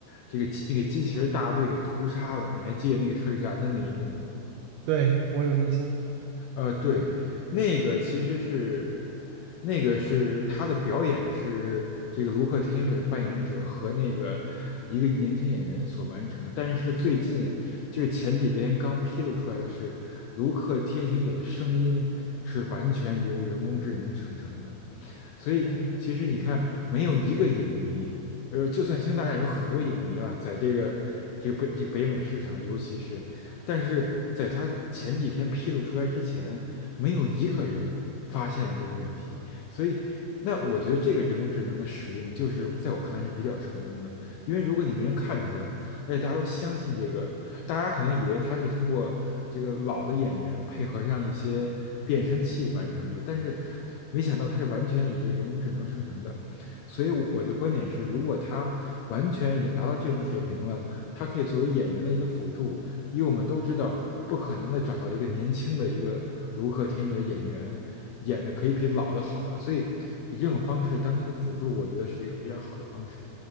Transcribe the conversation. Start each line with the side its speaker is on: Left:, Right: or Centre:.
Left: 这个那个机器人大队给屠杀了。你还记得那个特燃的那一幕？
Right: 对，我有印象。
Left: 呃，对，那个其实是，那个是他的表演是这个卢克天行者的扮演者和那个一个年轻演员所完成的。但是最近就是前几天刚披露出来的是，卢克天行者的声音是完全由人工智能生成的。所以其实你看，
Right: 哦
Left: 没有一个影迷，呃，就算《星球大战》有很多影迷了，在这个这个北这个北美市场，尤其是，但是在他前几天披露出来之前，没有一个人发现了这个问题，所以。那我觉得这个人工智能的使用，就是在我看来是比较成功的，因为如果你没人看出来，而且大家都相信这个，大家可能以为他是通过这个老的演员配合上一些变声器完成的，但是没想到他是完全以这个人工智能生成的。所以我的观点是，如果他完全已经达到这种水平了，它可以作为演员的一个辅助，因为我们都知道，不可能的找到一个年轻的一个卢克天里的演员演的可以比老的好了，所以以这种方式当成一个辅助，我觉得是一个非常好的方式。